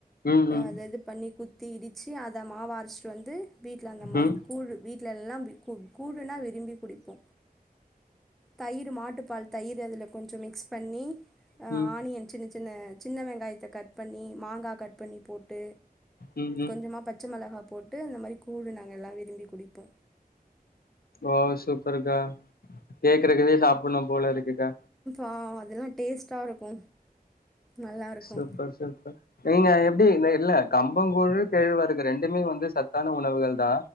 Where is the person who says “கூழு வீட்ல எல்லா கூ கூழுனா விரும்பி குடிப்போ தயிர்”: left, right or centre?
Centre